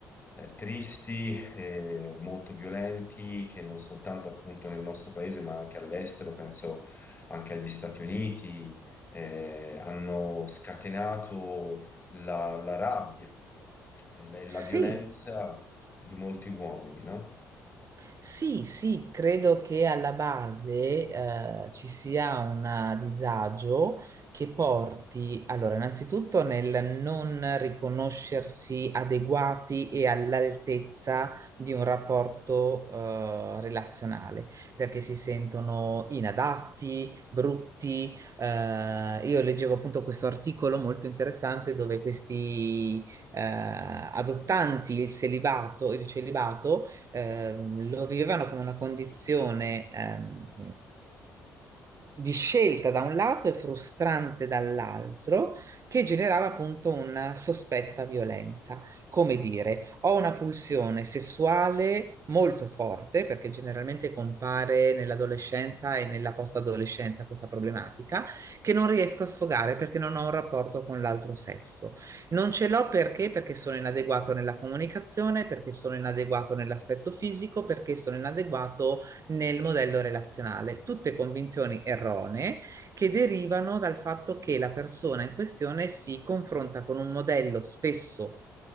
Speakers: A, on the left; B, on the right.
A: eh, tristi, eh, molto violenti, che non soltanto appunto nel nostro paese, ma anche all'estero, penso anche agli Stati Uniti, eh, hanno scatenato la, la rabbia e la, e la
B: Sì,
A: violenza di molti uomini, no?
B: Sì, sì, credo che alla base eh, ci sia un disagio che porti, allora, innanzitutto nel non riconoscersi adeguati e all'altezza di un rapporto eh, relazionale, perché si sentono inadatti, brutti. eh, io leggevo appunto questo articolo molto interessante dove questi eh, adottanti il celibato, il celibato ehm, lo vivevano come una condizione ehm, di scelta da un lato e frustrante dall'altro, che generava appunto una sospetta violenza. Come dire, ho una pulsione sessuale molto forte, perché generalmente compare nell'adolescenza e nella post-adolescenza questa problematica, che non riesco a sfogare perché non ho un rapporto con l'altro sesso. Non ce l'ho perché? Perché sono inadeguato nella comunicazione, perché sono inadeguato nell'aspetto fisico, perché sono inadeguato nel modello relazionale. Tutte convinzioni erronee che derivano dal fatto che la persona in questione si confronta con un modello spesso